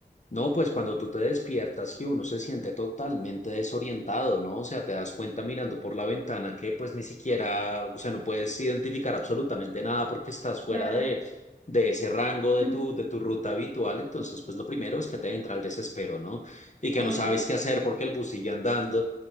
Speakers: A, on the left; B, on the right.
A: No, pues cuando tú te despiertas que uno se siente totalmente desorientado, ¿no? O sea, te das cuenta mirando por la ventana que pues ni siquiera, o sea, no puedes identificar absolutamente nada porque estás fuera
B: Claro,
A: de, de ese rango de
B: <laughs>
A: tu, de tu ruta habitual. Entonces, pues lo primero es que te entra el desespero, ¿no? Y que
B: obvio.
A: no sabes qué hacer porque el bus sigue andando.